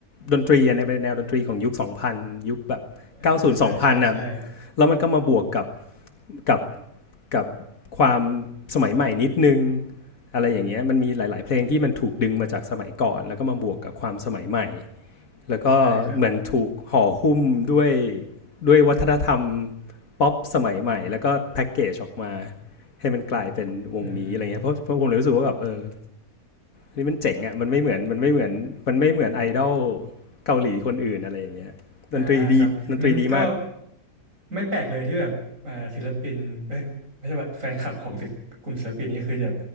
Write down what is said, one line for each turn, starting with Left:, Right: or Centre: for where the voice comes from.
Left: ดนตรีในแนวดนตรีของยุคสองพันยุคแบบ90
Right: <laughs> อืมอ่าใช่ใช่ใช่
Left: 2000นน่ะแล้วมันก็มาบวกกับกับกับความสมัยใหม่นิดนึงอะไรอย่างเงี้ยมันมีหลายๆเพลงที่มันถูกดึงมาจากสมัยก่อนแล้วก็มาบวกกับความสมัยใหม่ แล้วก็เหมือนถูกห่อหุ้มด้วย
Right: ใช่ครับ
Left: ด้วยวัฒนธรรมป๊อปสมัยใหม่แล้วก็แพ็กเกจออกมาให้มันกลายเป็นวงนี้อะไรเงี้ยเพราะเพราะผมเลยรู้สึกว่าแบบเออ
Right: อืม
Left: นี่มันเจ๋งอ่ะมันไม่เหมือนมันไม่เหมือนมันไม่เหมือนไอดอลเกาหลีคนอื่นอะไรอย่างเงี้ยดนตรีดีดนตรีดีมาก
Right: อ่าครับงั้นก็ไม่แปลกเลยที่แบบอ่าศิลปินเอ้ยไม่ใช่แบบแฟนคลับของศิลปกลุ่มศิลปินนี้คือจะ